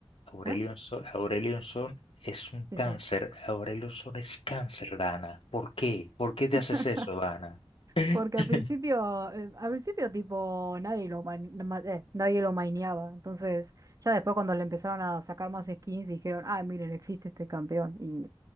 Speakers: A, on the left (about 80°); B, on the right (about 35°).
A: Aurelion
B: ¿Ah?
A: Sol, Aurelion Sol es un
B: Sí,
A: cáncer.
B: sí.
A: Aurelion Sol es cáncer, Dana. ¿Por qué? ¿Por qué te
B: <laughs>
A: haces eso, Dana? <laughs>
B: Porque al principio, eh, al principio tipo nadie lo ma- ma- eh, nadie lo maineaba. Entonces, ya después cuando le empezaron a sacar más skins, dijeron, ah, miren, existe este campeón. Y,